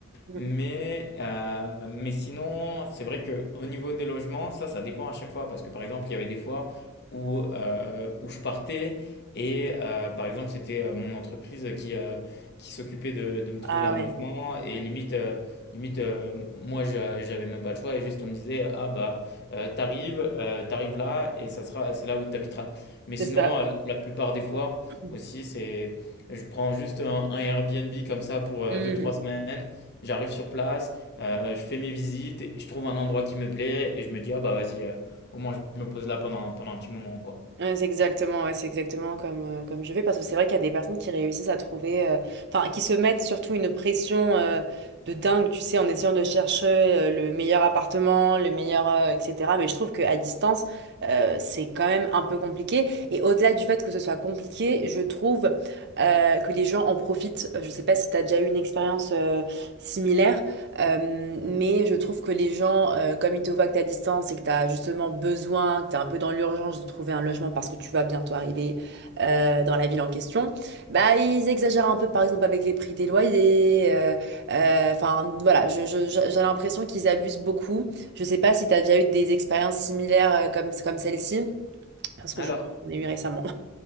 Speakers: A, on the right; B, on the left.
A: <laughs>
B: Mais, euh, mais sinon, c'est vrai qu'au niveau des logements, ça, ça dépend à chaque fois. Parce que par exemple, il y avait des fois où, euh, où je partais et euh, par exemple, c'était euh, mon entreprise qui, euh, qui s'occupait de, de me trouver
A: Ah
B: un
A: ouais,
B: logement. Et limite, euh, limite euh, moi, je- j'avais même pas le choix. Et juste, on me disait, ah bah, euh, t'arrives, euh, t'arrives là et ça sera, c'est là où t'habiteras. Mais sinon,
A: c'est ça.
B: euh, la plupart des fois
A: <laughs>
B: aussi, c'est. Je prends juste un, un Airbnb comme ça pour euh,
A: Mhm.
B: deux trois semaines J'arrive sur place, euh, je fais mes visites, et je trouve un endroit qui me plaît et je me dis, ah bah vas-y, euh, au moins je me pose là pendant, pendant un petit moment, quoi.
A: Ouais, c'est exactement, ouais, c'est exactement comme, euh, comme je vais parce que c'est vrai qu'il y a des personnes qui réussissent à trouver, euh, enfin, qui se mettent surtout une pression euh, de dingue, tu sais, en essayant de chercher euh, le meilleur appartement, le meilleur, euh, etc. Mais je trouve qu'à distance, euh, c'est quand même un peu compliqué. Et au-delà du fait que ce soit compliqué, je trouve euh, que les gens en profitent. Euh, Je sais pas si tu as déjà eu une expérience euh, similaire, euh, mais je trouve que les gens, euh, comme ils te voient que tu à distance et que tu as justement besoin, que tu es un peu dans l'urgence de trouver un logement parce que tu vas bientôt arriver euh, dans la ville en question, bah ils exagèrent un peu par exemple avec les prix des loyers. euh, euh, Enfin voilà, je- je- je- j'ai l'impression qu'ils abusent beaucoup. Je sais pas si tu as déjà eu des expériences similaires euh, comme, comme celle-ci, parce que
B: Alors,
A: j'en ai eu récemment.